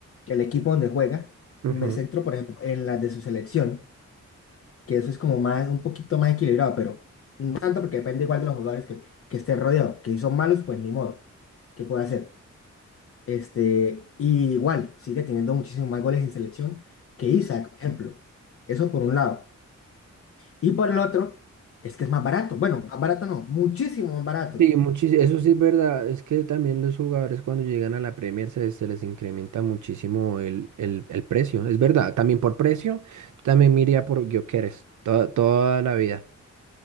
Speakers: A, on the left; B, on the right.
A: el equipo donde juega
B: ujú.
A: y me centro, por ejemplo, en las de su selección, que eso es como más, un poquito más equilibrado, pero no tanto porque depende igual de los jugadores que, que esté rodeado. Que si son malos, pues ni modo. ¿Qué puede hacer? Este, y igual, sigue teniendo muchísimos más goles en selección que Isaac, por ejemplo. Eso por un lado. Y por el otro, es que es más barato. Bueno, más barato no, muchísimo más barato.
B: Sí, muchísimo, eso sí es verdad, es que también los jugadores cuando llegan a la Premier se, se les incrementa muchísimo el, el, el precio, es verdad, también por precio, también me iría por Gyökeres, toda, toda la vida,